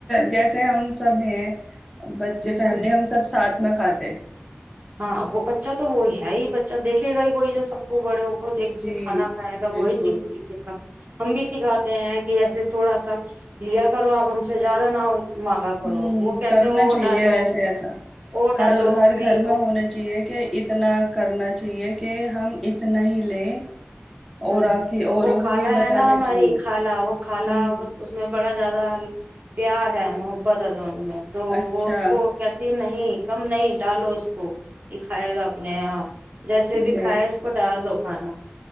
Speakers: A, in the centre; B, on the right (about 45°).
A: جیسے ہم سب ہیں بچے
B: ہ
A: فیملی ہم سب ساتھ نہ کھاتے
B: ہاں وہ بچہ تو وہی ہے ہی بچہ دیکھے گا ہی وہی جو سب بڑوں کو دیکھ
A: جی
B: کے کھانا کائے گا
A: بالکل
B: وہی چیز سیکھے گا ہم بھی سکھاتے ہیں کہ ایسے تھوڑا سا لیا کرو آپ ہم سے زیادہ نہ مانگا کرو
A: ہوں
B: وہ کہتے
A: کرنا
B: ہیں وہ
A: چاہیے
B: ڈالو
A: ویسے ایسا
B: وہ
A: ہر
B: ڈالو
A: ہر
B: می
A: گھر میں ہونا چاہیے کہ اتنا کرنا چاہیے کہ کہ ہم اتنا ہی لیں
B: ہ
A: اور کی اوروں
B: وہ
A: کو
B: خالا
A: بھی بتانا
B: ہے نا ہماری
A: چاہیے
B: خالہ وہ کالا
A: ہوں
B: اور اس میں بڑا زیاد پیار ہے محبت ہے دونوں میں تو
A: اچھا
B: وہ اس کو کہتی نہیں نہیں کم نہیں ڈالو اس کو یہ کھائے گا اپنے یہاں جیسے
A: نہیں
B: بھی کھائے اس کو ڈال دو ہ نا